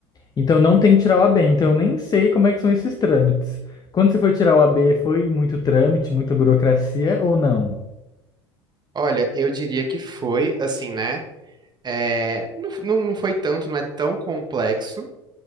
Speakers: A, on the left; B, on the right.
A: Então não tem que tirar o AB, então eu nem sei como é que são esses trâmites. Quando você foi tirar o AB, foi muito trâmite, muita burocracia ou não?
B: Olha, eu diria que foi, assim, né? É, não, f- não não foi tanto, não é tão complexo,